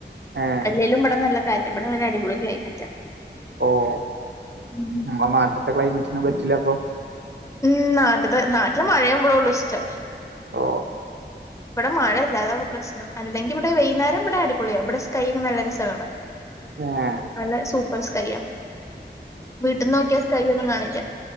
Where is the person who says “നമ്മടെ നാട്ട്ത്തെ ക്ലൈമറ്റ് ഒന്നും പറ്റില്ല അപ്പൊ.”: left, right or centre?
Right